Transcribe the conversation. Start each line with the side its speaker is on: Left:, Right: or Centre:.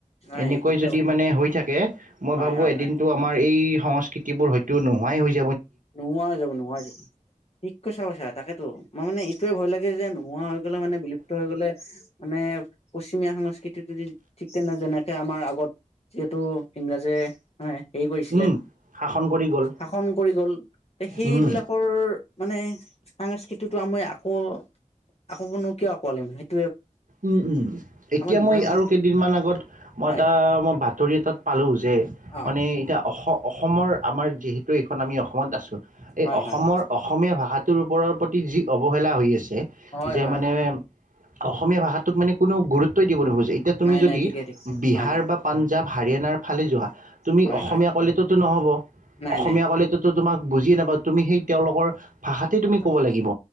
Left: নাই
Right: এনেকৈ
Left: সেইটোৱে
Right: যদি
Left: কথা
Right: মানে হৈ থাকে মই
Left: হয়
Right: ভাবোঁ
Left: হয়
Right: এদিনটো
Left: হয়
Right: আমাৰ এই সংস্কৃতিবোৰ হয়তোও নো <inaudible>
Left: নোহোৱা হৈ যাব নোহোৱা হৈ থাকিলে যাূ ঠিককৈচা বাচা তাকেেতো মই মানে ই কিৱ ভয় লাগে যোনো নোৱোৱা হৈ গ'লে মানে বিলুপ্ত হৈ গ'লে মানে পশ্চিমীয়া সং সেইটো টো যদি ঠিক তেনে যেনেকৈ আমাৰ আগত যিহেতু ইংৰাজে মানে হেৰি কৰিছিলে
Right: উম, শাসন কৰি গ'ল
Left: শাসন কৰি গ'ল সেইবিলাকৰ
Right: উম,
Left: মানে সংস্কৃ সেইটোতো আমি আকৌ আকৌ কিনো কিয় আকোৱালিম সেই
Right: উম উম এতিয়া
Left: নিজৰ
Right: মই
Left: সংস্কৃতি
Right: আৰু কেইদিনমান আগত মই
Left: হয়
Right: তাৰ মই বাতৰি এটাত পালো যে,
Left: অ
Right: মানে এইতা অসম অসমৰ আমাৰ যিহেতু এইখন আমি অসমত আছোঁ এই
Left: হয়
Right: অসমৰ
Left: হয় হয়
Right: অসমীয়া ভাষাত তৰ ওপৰ প্ৰতি যি অৱহেলা হৈ আছে। এহ যে
Left: হয় হয়
Right: মানে
Left: হয়
Right: অসম। অসমীয়া ভাষাটোক মানে কোনোও গুৰুত্বই দিব নোখোজে এতিয়া তুমি
Left: নাই
Right: যদি
Left: নাই ঠিকেই ঠিকে
Right: বিহাৰ
Left: হয় হয়
Right: বা পাঞ্জাৱ। হাৰিয়ানাৰ ফালে যোৱা। তুমি
Left: হয়
Right: অসমীয়া
Left: হয়
Right: ক'লেইটো টো নহ'ব
Left: নাই
Right: অসমীয়া
Left: নাই
Right: ক'লেটো টো তোমাক বুজিয়ে নাপা। তুমি সেই তেওঁলোকৰ। ভাষাতেই
Left: তাকেতো
Right: তুমি ক'ব লাগিব